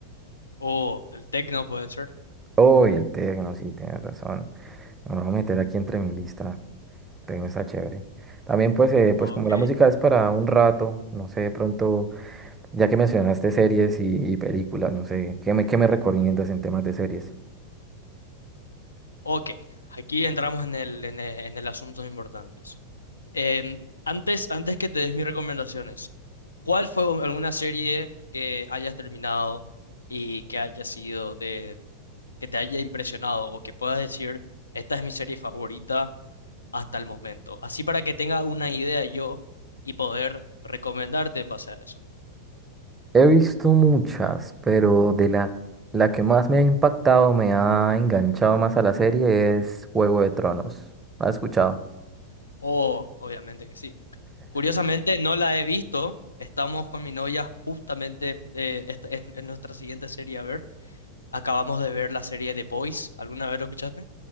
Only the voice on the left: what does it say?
o el techno puede ser.
Ok.
Ok, aquí entramos en el, en el- en el asuntos importantes. Em, antes, antes que te des mis recomendaciones, ¿cuál fue u- alguna serie que hayas terminado y que haya sido de, que te haya impresionado o que puedas decir, esta es mi serie favorita hasta el momento? Así para que tenga una idea yo y poder recomendarte en base a eso.
Oh, obviamente que sí. Curiosamente no la he visto. Estamos con mi novia justamente eh, esta- es, es nuestra siguiente serie a ver. Acabamos de ver la serie The Boys. ¿Alguna vez lo escuchaste?